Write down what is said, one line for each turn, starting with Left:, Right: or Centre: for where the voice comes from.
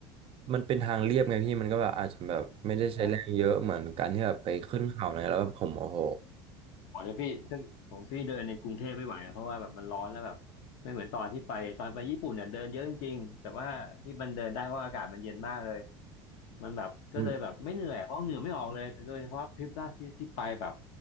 Right: มันเป็นทางเรียบไงพี่มันก็แบบอาจจะแบบไม่ได้ใช้แรงเยอะเหมือนการที่แบบไปขึ้นเขาอะไรแล้วแบบผมโอ้โห
Left: อ่า ขอเลยพี่ซึ่งผมพี่เดินในกรุงเทพไม่ไหวอะเพราะว่าแบบมันร้อนแล้วแบบไม่เหมือนตอนที่ไปตอนไปญี่ปุ่นเนี่ยเดินเยอะจริงๆแต่ว่าที่มันเดินได้เพราะอากาศมันเย็นมากเลยมันแบบก็เลยแบบไม่เหนื่อยเพราะเหงื่อไม่ออกเลยแต่โดยเฉพาะทริปล่าสุดที่ที่ไปแบบ
Right: อืม